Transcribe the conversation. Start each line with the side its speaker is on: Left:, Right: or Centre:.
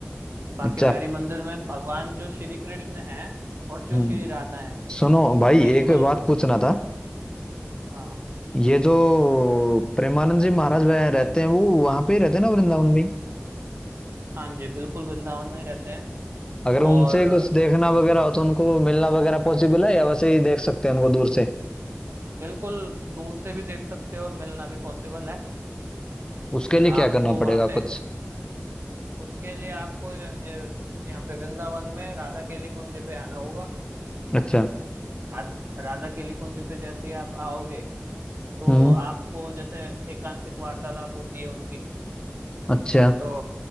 Right: बांके
Left: अच्छा
Right: बिहारी मंदिर में भगवान जो श्री कृष्ण हैं और जो
Left: हम्म
Right: श्री राधा हैं
Left: सुनो
Right: उनका
Left: भाई
Right: युगल
Left: एक बात
Right: रूप
Left: पूछना था
Right: हाँ
Left: ये जो प्रेमानंद जी महाराज वह रहते हैं वो वहां पे ही रहते हैं ना वृंदावन में ही?
Right: हाँ जी बिल्कुल वृंदावन में ही रहते हैं
Left: अगर उनसे
Right: और
Left: कुछ देखना वगैरह हो तो उनको मिलना वगैरह पॉसिबल है या वैसे ही देख सकते हैं उनको दूर से
Right: बिल्कुल दूर से भी देख सकते हो और मिलना भी पॉसिबल है
Left: उसके लिए क्या
Right: आपको
Left: करना
Right: वहाँ
Left: पड़ेगा
Right: पे
Left: कुछ
Right: उसके लिए आपको ये यहाँ पे वृंदावन में राधा केली कुंज पे आना होगा
Left: अच्छा
Right: रा, राधा केली कुंज पे जैसे ही आप आओगे तो
Left: हम्म
Right: आपको जैसे एकांतिक वार्तालाप होती है उनकी
Left: अच्छा
Right: तो